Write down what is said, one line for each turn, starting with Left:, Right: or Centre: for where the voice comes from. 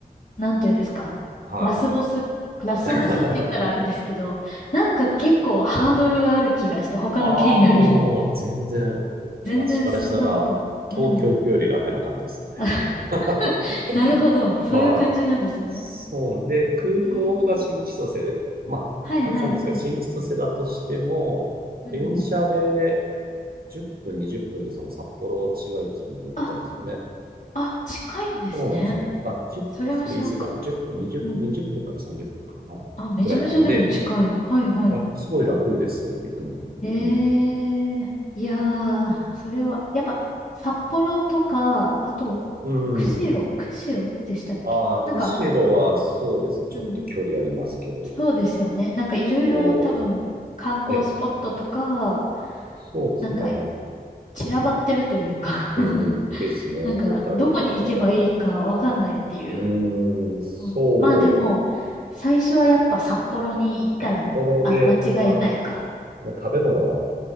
Left: なんていうんですか。
Right: は
Left: ラスボス、ラスボスって言ったらあれですけど、
Right: い。<laughs>
Left: なんか結構ハードルがある気がして、他の県より。
Right: ああ、もう、全然、
Left: <laughs> 全然そんなこと。
Right: 私からしたら、東京行くより楽な感じですね。
Left: うん。あ、<laughs>
Right: <laughs>
Left: なるほど。そういう感じなんですね。
Right: はい。そうなんで、空港が新千歳、
Left: ええ
Right: まあ、
Left: はいはいはい。
Right: 二つなんですけど、新千歳だとしても、電車で
Left: うんうん。
Right: 10分、20分でその札幌市街地まで行けちゃうんですよね。
Left: あ、あ、近いんですね。
Right: そうなんですよ。あ、10分、
Left: それは知らんかった。
Right: それ言い過ぎかな。1分、20、
Left: うん。
Right: 分から30分かな。はい。
Left: あ、めちゃめちゃでも近い。
Right: ぐらいなんで、
Left: はいはい。
Right: 楽、すごい楽ですよ、行くのも。
Left: ええいやー、
Right: うん。
Left: それは、やっぱ、札幌とか、あと、
Right: うん。
Left: 釧路、釧路でしたっけなんか、
Right: ああ、釧路はそうですね。ちょっと距離ありますけど。
Left: うん、そうですよね。なんかいろいろ多分、
Right: お
Left: 観光スポットとか、
Right: ーえ、そうですね。
Left: なんか散らばってるというか
Right: うんうん。
Left: <laughs>
Right: ですね。
Left: なんか、
Right: 小樽とか。
Left: どこに行けばいいかわかんないっていう。
Right: うーん、そう。
Left: うんまあでも、最初はやっぱ札幌に行ったら、
Right: 札幌で、
Left: あ、間違いないか。
Right: まあ、もう食べ物は